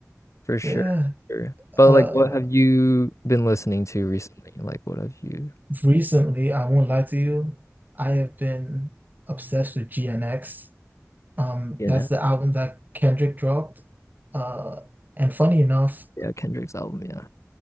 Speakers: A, on the left; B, on the right.
A: For sure.
B: Yeah.
A: sure. But
B: Uh,
A: like what have you been listening to recently? Like what have you,
B: recently, I won't lie to you. I have been obsessed with GNX. Um,
A: you
B: that's
A: know?
B: the album that Kendrick dropped. Uh, and funny enough,
A: Yeah, Kendrick's album, yeah.